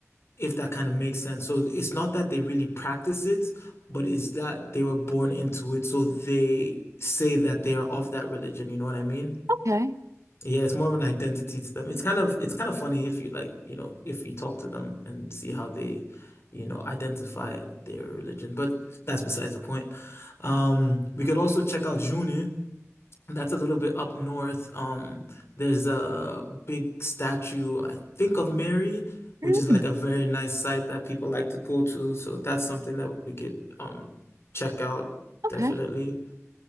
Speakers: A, on the left; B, on the right.
A: if that kind of makes sense. So it's not that they really practice it, but it's that they were born into it, so they say that they are of that religion. You know what I mean?
B: Okay.
A: Yeah, it's more of an identity to them. It's kind of it's kind of funny if you like, you know, if you talk to them and see how they, you know, identify their religion. But that's besides the point. Um, we could also check out June. That's a little bit up north. Um, there's a big statue, I think, of Mary, which
B: Mm,
A: is like a very nice site that people like to go to. So that's something that we could um check out
B: okay.
A: definitely.